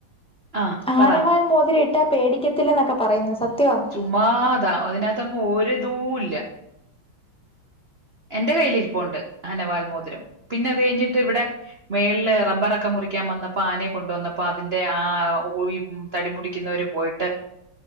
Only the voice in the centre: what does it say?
ആനവാൽ മോതിരം ഇട്ട പേടിക്കത്തില്ലനൊക്കെ പറയുന്നു സത്യമാണോ